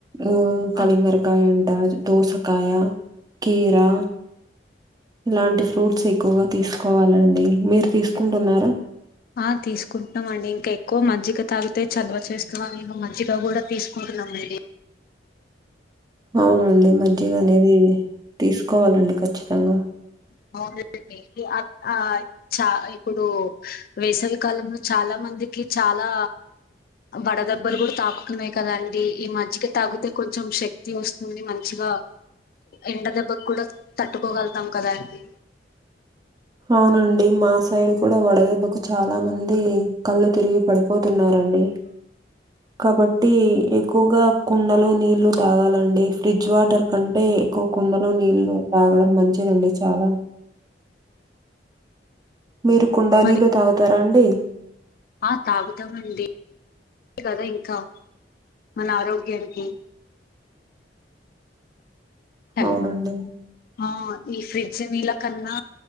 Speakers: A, on the right; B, on the left.
A: మ్ కలింగరకాయ
B: ఆ
A: అంట, దోసకాయ, కీరా ఇలాంటి ఫ్రూట్స్ ఎక్కువగా తీసుకోవాలండి. మీరు తీసుకుంటున్నారా?
B: ఆ తీసుకుంటున్నాం అండి ఇంక ఎక్కువ మజ్జిగ తాగితే చలువ చేస్తుందని మేము మజ్జిగ కూడ తీసుకుంటున్నాండి.
A: అవునండి మజ్జిగ అనేది తీసుకోవాలండి ఖచ్చితంగా.
B: బావుండేది నీకి అక్ ఆయ్ చా ఇప్పుడు వేసవికాలంలో చాలా మందికి చాలా వడదెబ్బలు కూడా తాకుతున్నాయి కద అండి, ఈ మజ్జిగ తాగితే కొంచెం శక్ ఇట్లోస్తుంది మంచిగ ఎండ దెబ్బకు కూడ కోగలుగుతాం కదా అండి
A: అవునండి మా సైడ్ కూడ వడదెబ్బకు చాల మంది కళ్ళు తిరిగి పడిపోతున్నారండి.
B: అ
A: కాబట్టి ఎక్కువగా కుండలో నీళ్లు తాగాలండి ఫ్రిడ్జ్ వాటర్ కంటే, ఎక్కువ కుండలో నీళ్లు తాగడం మంచిదండి చాల మీరు కుండ
B: మరి
A: నీళ్ళు తాగుతారా అండి
B: ఆ తాగుతామండి. అదే కదా ఇంక మన ఆరోగ్యానికి హలో
A: అవునండి
B: ఆ ఈ ఫ్రిడ్జ్ నీళ్ళ కన్నా